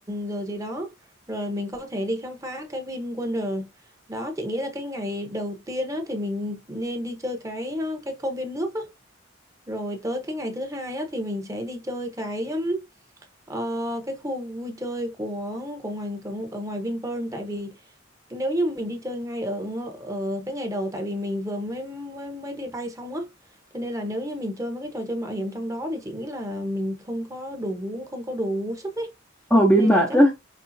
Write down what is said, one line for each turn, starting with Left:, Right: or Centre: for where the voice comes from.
Right: giờ gì đó. Rồi mình có thể đi khám phá cái Vin Wonder. Đó, chị nghĩ là cái ngày đầu tiên á thì mình nên đi chơi cái ờ, cái công viên nước á. Rồi tới cái ngày thứ hai á thì mình sẽ đi chơi cái ừm, ờ, cái khu vui chơi của của ngoài ở ngoài Vinpearl tại vì nếu như mình đi chơi ngay ở ngợ- ở cái ngày đầu tại vì mình vừa mới mới mới đi bay xong á cho nên là nếu như mình chơi mấy cái trò chơi mạo hiểm trong đó thì chị nghĩ là mình không có đủ không có đủ sức ấy
Centre: ừ bị
Right: nên
Centre: mệt
Right: là chắc
Centre: á
Right: mình